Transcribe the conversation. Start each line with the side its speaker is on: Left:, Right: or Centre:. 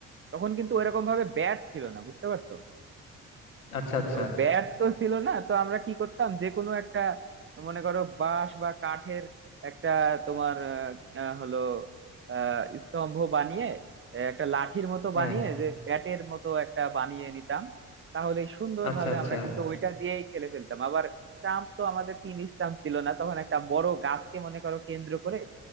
Right: তখন কিন্তু ওইরকম ভাবে ব্যাট ছিল না বুঝতে পারছো
Left: আচ্ছা আচ্ছা
Right: তো ব্যাট তো ছিল না তো আমরা কি করতাম যে কোনো একটা মনে করো বাঁশ বা কাঠের একটা তোমার আহ, আহ, হলো আহ, স্তম্ভ বানিয়ে আহ, একটা লাঠির মতো
Left: হ্যাঁ
Right: বানিয়ে যে ব্যাটের মতো একটা বানিয়ে নিতাম তাহলে সুন্দরভাবে
Left: আচ্ছা আচ্ছা
Right: আমরা কিন্তু ওইটা দিয়েই খেলে ফেলতাম আবার স্টাম্প তো আমাদের তিন স্টাম্প ছিল না তখন একটা বড় গাছকে মনে করো কেন্দ্র করে